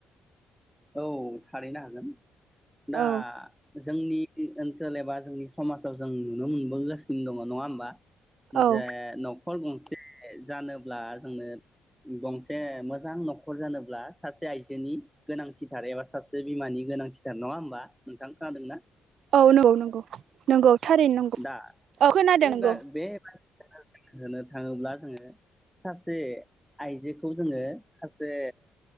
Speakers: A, in the centre; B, on the right (about 70°).
A: औ थारैनो हागोन। दा
B: औ
A: जोंनि ओनसोल एबा जोंनि समाजाव जों नुनो मोनबोगासिनो दङ नङा होमबा?
B: औ
A: जे न नखर गंसे जानोब्ला जोंनो गंसे मोजां नखर जानोब्ला सासे आइजोनि गोनांथिथार एबा सासे बिमानि गोनांथिथार नङा होमबा नोंथां खोनादों ना?
B: औ नंगौ नंगौ नंगौ थारैनो नंगौ
A: दा
B: औ खोनादों
A: बे
B: नंगौ।
A: बा बे <inaudible> होनो थाङोब्ला जोङो सासे आइजोखौ जोङो सासे